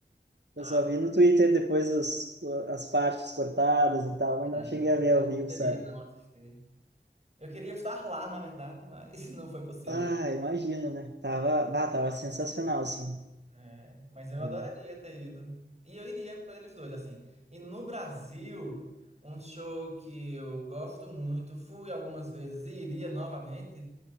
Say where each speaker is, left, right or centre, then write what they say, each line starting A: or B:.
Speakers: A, on the right; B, on the right.
A: Ah,
B: Eu só vi no Twitter depois os, as partes cortadas e tal, mas
A: não,
B: não cheguei a
A: eu
B: ver
A: não
B: ao vivo,
A: poderia
B: sabe?
A: não assistir. Eu queria estar lá, na verdade, mas <laughs> não foi possível.
B: Ah, imagino, né? Tava, bah, tava sensacional, assim.
A: É, mas eu
B: Hum.
A: adoraria ter ido. E eu iria para eles dois, assim. E no Brasil, um show que eu gosto muito, fui algumas vezes e iria novamente.